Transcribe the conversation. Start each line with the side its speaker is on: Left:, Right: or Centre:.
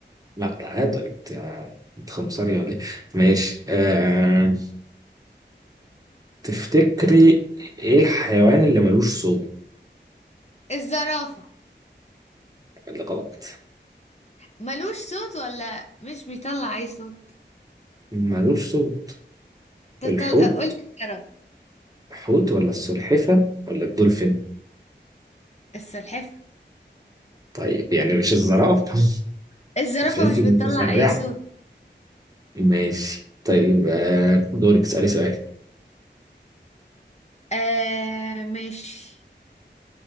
Right: لا تعادل انت انت خمسري ولا ايه ماشي آه... تفتكري ايه الحيوان اللي ملوش صوت
Left: الزرافة
Right: اللي غلط
Left: ملوش صوت ولا مش بيطلع أي صوت
Right: ملوش صوت
Left: تطل...
Right: الحوت
Left: اقول لك الزرافة
Right: الحوت ولا السلحفة ولا الدولفين
Left: السلحفة
Right: طيب يعني مش الزرافة <laughs>
Left: الزرافة
Right: مش انت
Left: مش
Right: متسرعة
Left: بتطلع اي صوت
Right: ماشي طيب آه... دورك اسألي سؤال
Left: آه ماشي